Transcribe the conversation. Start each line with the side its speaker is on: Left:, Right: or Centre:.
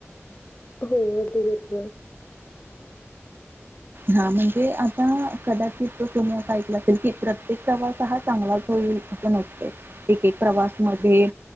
Left: आहे हो अगदी बरोबर.
Right: हा म्हणजे आता कदाचित तुम्ही अस ऐकल असेल कि प्रत्येक प्रवास हा चांगलाच होईल अस नसत. एक एक प्रवास मध्ये